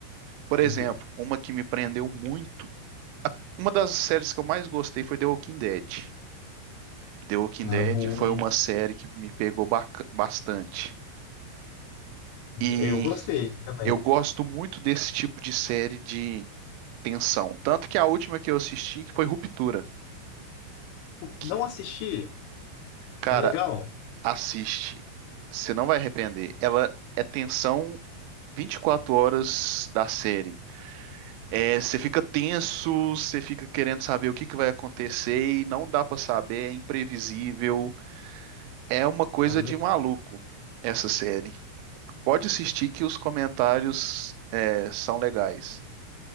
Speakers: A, on the right (about 85°); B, on the left (about 80°).
A: Por
B: Entendi.
A: exemplo, uma que me prendeu muito, uma das séries que eu mais gostei foi The Walking Dead. The Walking
B: Cara,
A: Dead
B: boa,
A: foi
B: hein?
A: uma série que me pegou baca- bastante. E
B: Eu gostei também.
A: eu gosto muito desse tipo de série de tensão. Tanto que a última que eu assisti que foi Ruptura. Que,
B: Não assisti?
A: cara,
B: É legal?
A: Assiste. Você não vai arrepender. Ela é tensão 24 horas da série. É, você fica tenso, você fica querendo saber o que que vai acontecer e não dá pra saber, é imprevisível. É uma coisa
B: Cara,
A: de maluco essa série. Pode assistir que os comentários é, são legais.